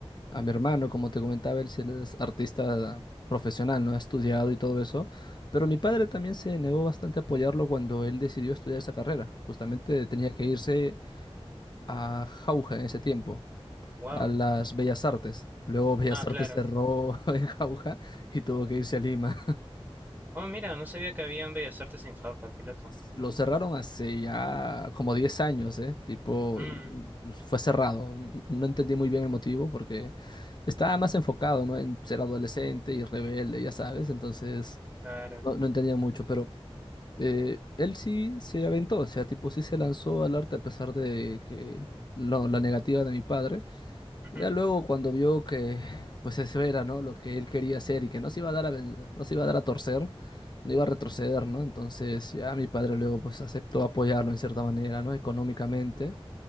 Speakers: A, on the left; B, on the right.
A: a mi hermano, como te comentaba, él sí es artista profesional, ¿no? Ha estudiado y todo eso, pero mi padre también se negó bastante a apoyarlo cuando él decidió estudiar esa carrera. Justamente tenía que irse a Jauja en ese tiempo,
B: Wow.
A: a las Bellas Artes. Luego Bellas
B: Ah,
A: Artes
B: claro.
A: cerró <laughs> en Jauja y tuvo que irse a Lima.
B: Oh, mira, no sabía que habían bellas artes en Jauja, qué loco.
A: Lo cerraron hace ya como 10 años, ¿eh? Tipo,
B: Mm,
A: pues, fue cerrado. N- No entendí muy bien el motivo porque estaba más enfocado, ¿no? En ser adolescente y rebelde, ya sabes. Entonces,
B: claro.
A: no, no entendía mucho, pero eh, él sí se aventó, o sea, tipo, sí se lanzó al arte a pesar de que lo- la negativa de mi padre.
B: Ujú,
A: Ya luego cuando vio que pues eso era, ¿no? Lo que él quería hacer y que no se iba a dar a, ven- no se iba a dar a torcer, no iba a retroceder, ¿no? Entonces ya mi padre luego pues aceptó apoyarlo en cierta manera, ¿no? Económicamente,